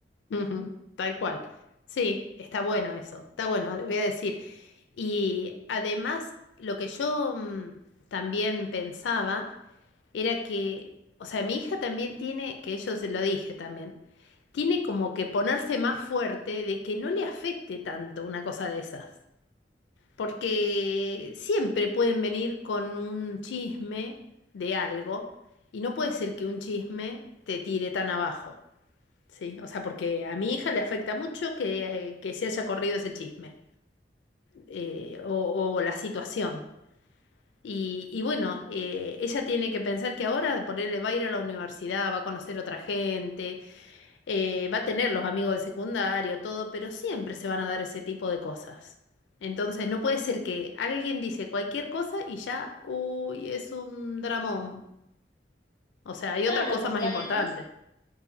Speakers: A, on the left; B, on the left.
A: Ujú, Tal cual. Sí, está bueno eso, está bueno, le voy a decir. Y además, lo que yo mm, también pensaba era que, o sea, mi hija también tiene, que yo se lo dije también, tiene como que ponerse más fuerte de que no le afecte tanto una cosa de esas. Porque siempre pueden venir con un chisme de algo y no puede ser que un chisme te tire tan abajo, ¿sí? O sea, porque a mi hija le afecta mucho que, eh, que se haya corrido ese chisme eh, o, o la situación. Y, y bueno, eh, ella tiene que pensar que ahora por él va a ir a la universidad, va a conocer otra gente, eh, va a tener los amigos de secundario, todo, pero siempre se van a dar ese tipo de cosas. Entonces no puede ser que alguien dice cualquier cosa y ya, uy, es un dramón. O sea, hay
B: Claro,
A: otras cosas
B: porque
A: más importantes.
B: además